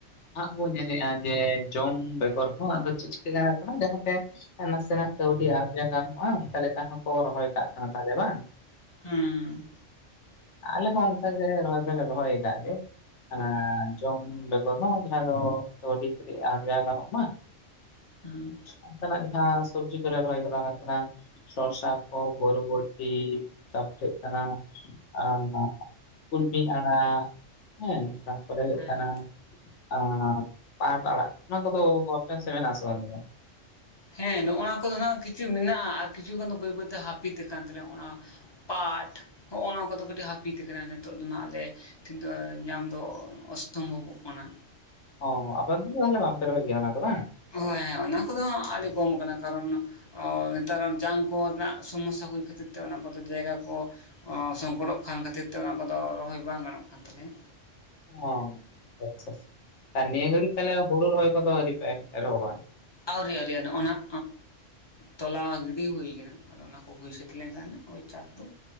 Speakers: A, on the left; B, on the left.
A: ᱦᱟᱸᱜ ᱵᱚᱱ ᱧᱮᱞᱮᱜᱼᱟ ᱡᱮ ᱡᱚᱢ ᱵᱮᱜᱚᱨ ᱦᱚᱸ ᱟᱫᱚ ᱪᱮᱫ ᱪᱤᱠᱟᱹ ᱠᱟᱱᱟ ᱡᱟᱦᱟᱸ ᱛᱮᱼᱼ ᱱᱟᱥᱮ ᱱᱟᱜ ᱠᱟᱹᱣᱰᱤ ᱟᱨᱡᱟᱣ ᱜᱟᱱᱚᱜᱼᱟ ᱚᱱᱠᱟ ᱞᱮᱠᱟ ᱦᱚᱸᱠᱚ ᱨᱚᱦᱚᱭ ᱠᱟᱜ ᱠᱟᱱᱟ ᱛᱟᱦᱞᱮ ᱵᱟᱝ
B: ᱦᱩᱸᱼᱼ
A: ᱟᱞᱮ ᱦᱚᱸ ᱚᱱᱠᱟ ᱜᱮ ᱨᱚᱦᱚᱭ ᱫᱚᱞᱮ ᱨᱚᱦᱚᱭ ᱟᱠᱟᱜ ᱜᱮᱼᱼ ᱚᱱᱟ ᱡᱚᱢ ᱵᱮᱜᱚᱨ ᱦᱚᱸ ᱡᱟᱦᱟᱸ ᱫᱚᱻ ᱠᱟᱹᱣᱰᱤ ᱠᱟᱹᱴᱤᱡᱽ ᱟᱨᱡᱟᱣ ᱜᱟᱱᱚᱜ ᱢᱟ
B: ᱦᱩᱸ
A: ᱚᱱᱠᱟᱱᱟᱜ ᱡᱟᱦᱟᱸ ᱥᱚᱵᱡᱤ ᱠᱚᱞᱮ ᱨᱚᱦᱚᱭ ᱠᱟᱫᱟ ᱚᱱᱟ‌ ᱠᱟᱱᱟ ᱥᱚᱥᱟ ᱠᱚ ᱵᱚᱨᱵᱳᱴᱤ ᱛᱟᱯᱚᱨᱮᱼᱼ ᱠᱟᱱᱟ ᱟ ᱠᱩᱞᱢᱤ ᱟᱲᱟᱜ ᱦᱮᱸᱼᱼ ᱛᱟᱨᱯᱚᱨᱮ ᱦᱩᱭᱩᱜ
B: ᱦᱮᱸ
A: ᱠᱟᱱᱟ ᱟᱸ ᱯᱟᱴ ᱟᱲᱟᱜ ᱚᱱᱟ ᱠᱚᱫᱚ ᱟᱯᱮ ᱥᱮᱫ ᱢᱮᱱᱟᱜᱼᱟ ᱟᱥᱮ ᱵᱟᱝ ᱜᱮ
B: ᱦᱮᱸ ᱱᱚᱜᱼᱚ ᱱᱟ ᱠᱚᱫᱚ ᱱᱟᱦᱟᱜ ᱠᱤᱪᱷᱩ ᱢᱮᱱᱟᱜᱼᱟ ᱟᱨ ᱠᱤᱪᱷᱩ ᱜᱟᱱ ᱫᱚ ᱵᱟᱹᱭ ᱵᱟᱹᱭᱛᱮ ᱦᱟᱹᱯᱤᱛ ᱠᱟᱱ ᱛᱟᱞᱮᱭᱟ ᱦᱚᱸᱜ-ᱚ ᱱᱚᱣᱟ ᱯᱟᱴ ᱦᱚᱸᱜᱼᱚ ᱱᱚᱣᱟ ᱠᱚᱫᱚ ᱠᱟᱹᱴᱤᱡ ᱦᱟᱹᱯᱤᱛ ᱠᱟᱱᱟ ᱱᱤᱛᱚᱜ ᱫᱚ ᱱᱟᱦᱟᱜ ᱞᱮ <unintelligible> ᱧᱟᱢ ᱫᱚ ᱚᱥᱛᱚᱢᱵᱷᱚᱵᱚᱜ ᱠᱟᱱᱟ
A: ᱚ ᱟᱯᱮ ᱚᱱᱛᱮ ᱫᱚ ᱛᱟᱦᱞᱮ ᱵᱟᱝ ᱯᱮ ᱨᱚᱦᱚᱭ ᱜᱮᱭᱟ ᱚᱱᱟ ᱫᱚ ᱵᱟᱝ
B: ᱦᱳᱭ ᱚᱱᱟ ᱠᱚᱫᱚ ᱟᱹᱰᱤ ᱠᱚᱢ ᱠᱟᱱᱟ ᱠᱟᱨᱚᱱᱼᱼ ᱚ ᱱᱮᱛᱟᱨ ᱡᱟᱝ ᱠᱚ ᱨᱮᱱᱟᱜ ᱥᱚᱢᱚᱥᱥᱟ ᱦᱩᱭ ᱠᱷᱟᱹᱛᱤᱨ ᱛᱮ ᱚᱱᱟ ᱠᱚᱫᱚ ᱡᱟᱭᱜᱟ ᱠᱚ ᱚ ᱥᱚᱝᱠᱚᱴᱚᱜ ᱠᱟᱱ ᱠᱷᱟᱹᱛᱤᱨ ᱛᱮ ᱚᱱᱟ ᱠᱚᱫᱚ ᱨᱚᱦᱚᱭ ᱵᱟᱝ ᱜᱟᱱᱚᱜ ᱠᱟᱱ ᱛᱟᱞᱮᱭᱟ
A: ᱚ ᱟᱪᱪᱷᱟ ᱟᱪᱪᱷᱟ ᱱᱤᱭᱟᱹ ᱜᱷᱟᱹᱲᱤᱡ ᱛᱟᱦᱚᱞᱮ ᱦᱩᱲᱩ ᱨᱚᱦᱚᱭ ᱠᱚᱫᱚ ᱟᱹᱣᱨᱤ ᱯᱮ ᱮᱦᱚᱵᱟ
B: ᱟᱹᱣᱨᱤ ᱟᱹᱣᱨᱤ ᱱᱚᱜᱼᱚ ᱱᱟᱜ ᱛᱚᱞᱟ ᱜᱤᱰᱤ ᱦᱩᱭ ᱠᱟᱱᱟ ᱚᱱᱟ ᱠᱚ ᱦᱩᱭ ᱥᱟᱹᱛ ᱞᱮᱱ ᱠᱷᱟᱱ ᱳᱭ ᱪᱟᱥ ᱫᱚ